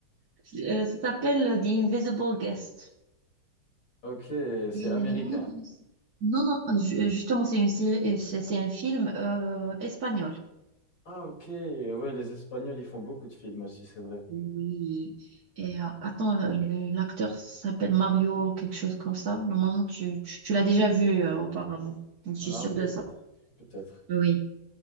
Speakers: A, on the right; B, on the left.
A: Euh, ça s'appelle The Invisible Guest.
B: Ok, c'est
A: Et
B: américain.
A: normalement, t'es- Non, non, ju- justement, c'est une série, euh, c'est c'est un film euh, espagnol.
B: Ah, ok. Ouais, les Espagnols, ils font beaucoup de films aussi, c'est vrai.
A: Oui. Et euh, attends, euh, le- l'acteur s'appelle Mario, quelque chose comme ça. Normalement, tu, tu, tu l'as déjà vu euh, auparavant. Je suis
B: Ah,
A: sûre de
B: peut-être.
A: ça.
B: Peut-être.
A: Oui.